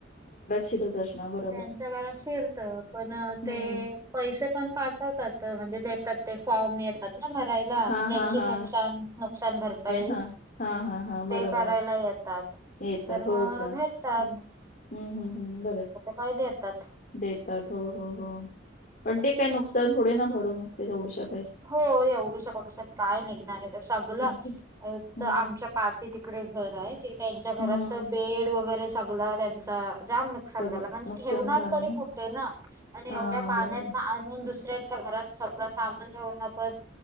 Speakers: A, on the left; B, on the right.
A: श दर्शना <inaudible>
B: त्यांच्या घरात शिरत. पण ते
A: हम्म
B: पैसे पण पाठवतात म्हणजे देतात ते फॉर्म येतात. ना भरायला
A: हा
B: ज्यांची
A: हा हा
B: नुकसान नुकसान भरपाई
A: हा हा हा हा बरोबर
B: ते करायला येतात.
A: येतात
B: तर
A: हो
B: मग
A: का हम्म
B: भेटतात.
A: हम्म हम्म हम्म
B: काय देतात.
A: देतात हो हो हो पण ते काय नुकसान थोडे ना भरून निघते तेवढुश्यान
B: हो येवडूशा बक्षात काय निघणार आहे, सगळं
A: हम्म हम्म
B: तर आमच्या पाटी तिकडे घर आहे. त्यांच्या घरात
A: हम्म.
B: तर बेड वगैरे सगला त्यांचा जाम नक् <unintelligible>
A: सगळं नुकसान
B: ठेवणार
A: झालं
B: तरी
A: ना
B: कुठे ना, आणि
A: हा
B: एवढ्या पाण्यात
A: बरोबर
B: आणून दुसऱ्यांच्या घरात सगळं सामान ठेवणं पण